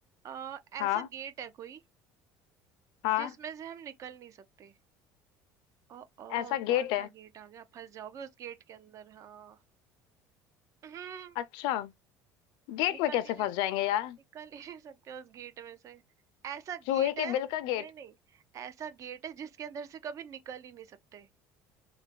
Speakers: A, on the right; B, on the left.
A: अ, ऐसा
B: हाँ
A: गेट है कोई
B: हाँ
A: जिसमें से हम निकल नहीं सकते ओ ओ
B: ऐसा गेट
A: कौन सा
B: है
A: गेट आ गया फंस जाओगे उस गेट के अंदर हाँ हम्म,
B: अच्छा गेट
A: निकल
B: में कैसे
A: ही नहीं
B: फंस जाएंगे यार
A: निकल ही नहीं सकते उस गेट में से ऐसा
B: चूहे
A: गेट
B: के
A: है
B: बिल का गेट
A: नहीं नहीं ऐसा गेट है जिसके अंदर से कभी निकल ही नहीं सकते